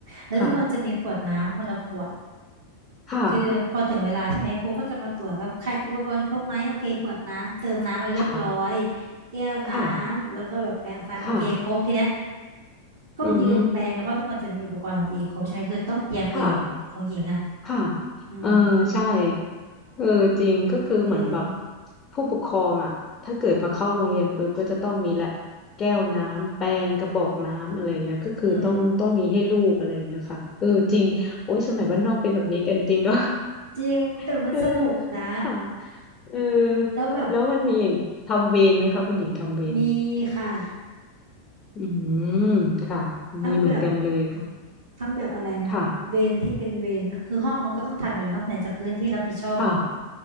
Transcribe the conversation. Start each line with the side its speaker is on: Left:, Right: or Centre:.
Right: แล้วทุกคนจะมีขวดน้ำคนละขวด
Left: ค่ะค่ะ
Right: คือพอถึงเวลาใช่ไหมครูก็จะมาตรวจแล้วใครอุปกรณ์ครบไหมโอเคขวดน้ำเติมน้ำแล้วเรียบร้อย
Left: ค่ะ
Right: แก้วน้ำแล้วก็แบบแปรงฟันโอเคครบทีเนี้ย
Left: ค่ะค่ะ
Right: ก็ยืนแปรงกันเพราะทุกคนจะมีอุปกรณ์ของตัวเองครบใช่ไหมคือต้องเตรียมเองของหญิงอ่ะ
Left: อือฮึค่ะค่ะ
Right: อืม
Left: เออใช่ เออจริงก็คือเหมือนแบบ
Right: เออ
Left: ผู้ปกครองอ่ะถ้าเกิดมาเข้าโรงเรียนปุ๊บก็จะต้องมีแหละแก้วน้ำแปรงกระบอกน้ำอะไรเงี้ยก็คือต้องต้องมีให้ลูกอะไรเงี้ยค่ะเออจริงโอ้ยสมัยบ้านนอกเป็นแบบนี้กันจริงเนาะ
Right: อืมจริงแต่มันสนุกนะ
Left: <laughs> เออค่ะเออ
Right: แล้วแบบ
Left: แล้วมันมีอีกทำเวรไหมคะคุณหญิงทำเวร
Right: มีค่ะ
Left: อืมค่ะมีเหมือนกันเลยค่ะ
Right: ทั้งแบบทั้งแบบอะไรนะเวรที่เป็นเวรคือห้องมันก็ต้องทำอยู่แล้วเนาะไหนจะพื้นที่รับผิดชอบอีก
Left: ค่ะค่ะ